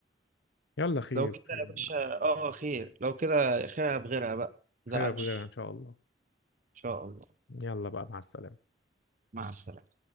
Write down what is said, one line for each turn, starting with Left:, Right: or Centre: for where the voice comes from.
Left: يلا خير
Right: لو كده
Left: خير
Right: يا باشا اه خير لو كده خيرها بغيرها بقى
Left: خير
Right: متزعلش
Left: في غيرها ان شاء الله
Right: ان شاء الله
Left: يلا بقى مع السلامه
Right: مع السلامة